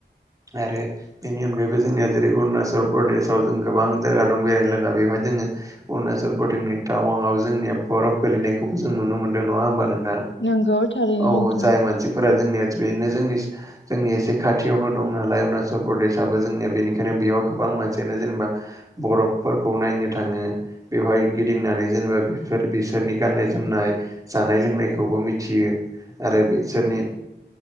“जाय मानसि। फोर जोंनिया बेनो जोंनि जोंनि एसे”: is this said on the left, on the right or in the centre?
Right